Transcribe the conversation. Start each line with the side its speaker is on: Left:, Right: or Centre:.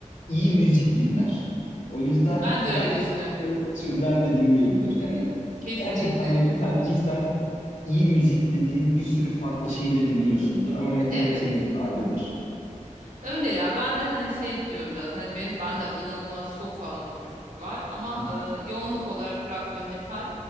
Left: iyi müzik dinler. O yüzden
Right: Ben
Left: herhangi
Right: de öyle düşünüyorum.
Left: farklı türler de dinleyebilir. Yani
Right: Kesinlikle.
Left: gerçekten bir metalciysen iyi müzik dediğin bir sürü farklı şey de dinliyorsundur ama metal
Right: Evet.
Left: hep senin için ayrıdır.
Right: Öyle ya ben de hani şey diyorum zaten hani benim ben de inanılmaz çok fazla tür var ama
Left: Hı hı,
Right: e, yoğunluk olarak rock ve metal.